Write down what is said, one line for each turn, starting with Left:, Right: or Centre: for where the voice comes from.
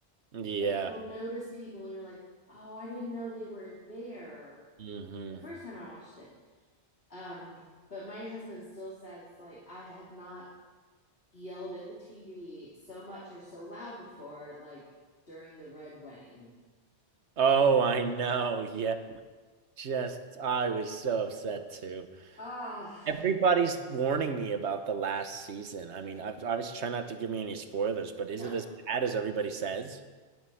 Right: Yeah.
Left: You'll notice people and you're like, oh, I didn't know they were there
Right: hmm
Left: the first time I watched it. Um, but my husband still says, like, I have not yelled at the TV so much or so loud before, like during the red wedding.
Right: Oh, I know. Yeah. Just, I was so upset too.
Left: Ah, <laughs> uh,
Right: Everybody's warning me about the last season. I mean, I, I was trying not to give me any spoilers, but is
Left: no.
Right: it as bad as everybody says?